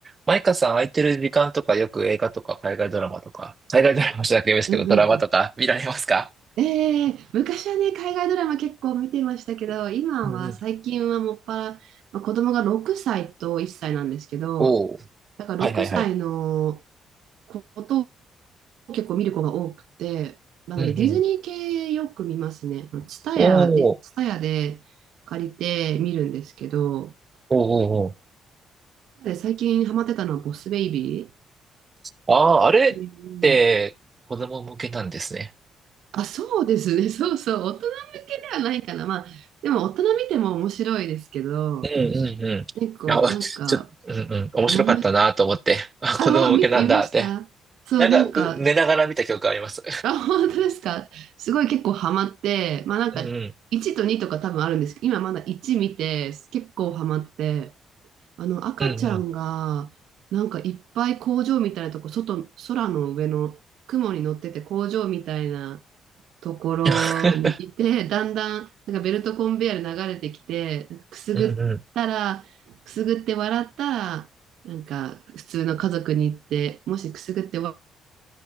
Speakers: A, on the right (about 35°); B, on the right (about 80°).
A: マイカさん空いてる時間とかよく映画とか海外ドラマとか、海外ドラマじゃなくてもいいですけど、
B: うんうんうん
A: ドラマとか見られますか
B: ええ昔はね、海外ドラマ結構見てましたけど、今は最近はもっぱら、
A: うんうん。
B: まあ、子供が6歳と1歳なんですけど、
A: おお。
B: だから6歳の
A: はいはいはい。
B: ことを結構見る子が多くて、なのでディズニー系よく見ますね。
A: うんうん。
B: ツタヤ、
A: お
B: ディツタヤで借りて見るんですけど、
A: お。おおお
B: で最近ハマってたのはボスベイビーっ
A: お。ああ、あれって子供向けなんですね。
B: ていうあ、そうですね。<laughs> そうそう。大人向けではないかな。まあ、でも大人見ても面白いですけど、
A: うんうんうん。<laughs> いや、
B: 結構、なんか、
A: ちょっと、うんうん。
B: おぶ、
A: 面白かったなと思って。あ、
B: あ、
A: 子供向けなんだって。
B: お見、見ましたそう、
A: なんか、
B: なんか、
A: う寝ながら見た記憶あります。
B: あ、本当ですかすごい結構ハマって、まあなんか、
A: うんうん。
B: 1と2とか多分あるんですけど、今まだ1見て、結構ハマって、あの、赤ちゃんが、
A: うんうん。
B: なんかいっぱい工場みたいなとこ、外、空の上の雲に乗ってて工場みたいな、ところにいて、
A: <laughs>
B: だんだん、なんかベルトコンベヤーで流れてきて、なんかくすぐったら、
A: うんうん。
B: くすぐって笑ったら、なんか普通の家族に行って、もしくすぐって笑